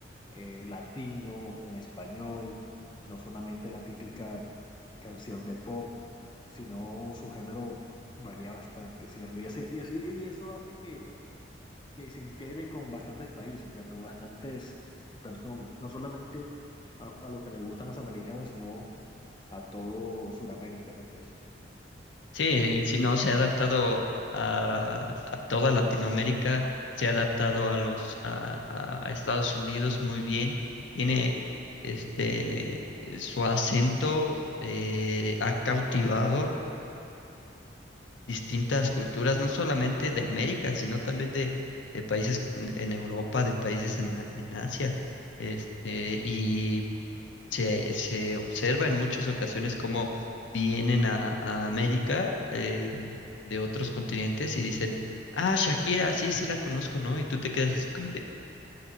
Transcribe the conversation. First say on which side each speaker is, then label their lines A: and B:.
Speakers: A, on the left (about 25°); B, on the left (about 75°).
A: eh, latino, en español, no solamente la típica canción de pop, sino su género varía bastante, ¿cierto? Y, hace- y, así- y eso hace que que se integre con bastantes países, ¿cierto? Bastantes personas, no solamente a, a lo que le gustan los americanos, sino a todo Sudamérica, ¿no crees?
B: sí, si no, se ha adaptado a, a toda Latinoamérica, se ha adaptado a los a, a- a Estados Unidos muy bien, tiene este su acento eh, ha cautivado distintas culturas, no solamente de América, sino también de, de países en Europa, de países en, en Asia. Este, y se, se observa en muchas ocasiones cómo vienen a, a América eh, de otros continentes y dicen, ah, Shakira, sí, sí la conozco, ¿no? Y tú te quedas así como de,